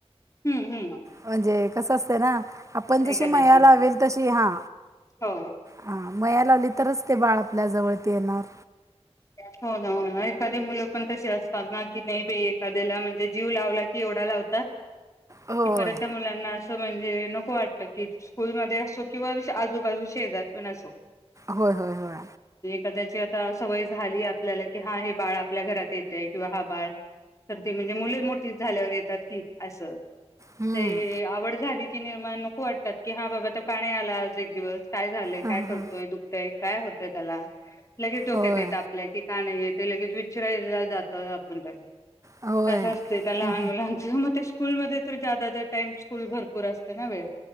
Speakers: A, on the left; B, on the right.
A: हम्म हम्म
B: म्हणजे कसं असतं ना आपण जशी
A: एखाद्याची
B: मया लावेल तशी हा
A: हो
B: हा मया लावली तरच ते बाळ आपल्या जवळ.. पेनार....
A: घ्या.... हो ना हो ना एखादी मुलं पण तसे असतात ना की नाही बा एखाद्याला म्हणजे जीव लावला की एवढा लावतात कि
B: होय
A: परत त्या मुलांना म्हणजे नको वाटत कि स्कूल मध्ये असो किंवा आजूबाजू शेजार पण असो...
B: होय होय होय
A: कदाचत आता सवय झाली आपल्याला कि हा हे बाळ आपल्या घरात येते किंवा हा बाळ तर ते म्हणजे मुले मोठी झाल्यावर येतात की असं
B: हम्म.
A: ते ए आवड झाली. की निर्माण नको वाटतात की हा बाबा तो काणी आला आज एक दिवस. काय झालंय?
B: हा,
A: काय
B: हा.
A: करतोय? दुखतय काय हो तर त्याला लगेच डोक्यात
B: होय
A: येत आपल्या की का नाही येत. ते लगेच विचरायला जातोय आपण काय.
B: होय
A: असं असतय त्या लहान
B: हं.
A: मुलांच मग ते स्कूलमध्ये तर ज्यादा तर टाईम स्कूल भरपूर असते ना वेळ.